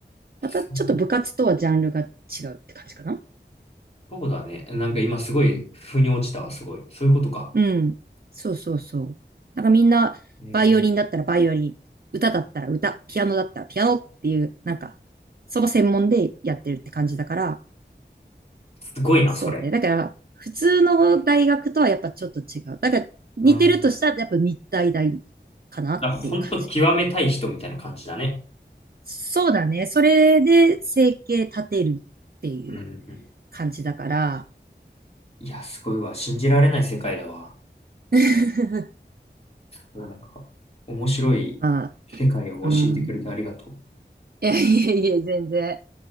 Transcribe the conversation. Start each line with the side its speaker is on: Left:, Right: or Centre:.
Left: そう
Right: またちょっと部活とはジャンルが違うって感じかな。
Left: そうだね。なんか今すごい、腑に落ちたわ、すごい。そういうことか。
Right: うん。そうそうそう。なんかみんな、
Left: えー、
Right: バイオリンだったらバイオリン、歌だったら歌、ピアノだったらピアノっていう、なんか、その専門でやってるって感じだから、
Left: すごいな、
Right: そうね。
Left: それ。
Right: だから、普通の大学とはやっぱちょっと違う。だから、似てるとしたら、
Left: うん
Right: やっぱ日体大かなっていう感じ。
Left: だほんと極めたい人みたいな感じだね。
Right: そうだね。それで生計立てるっていう
Left: うんうんうん。
Right: 感じだから、
Left: いや、すごいわ。信じられない世界だわ。
Right: <laughs>
Left: なんか、面白い世界を教えてくれてありがとう。
Right: まあ、うん。いやいやいや、全然。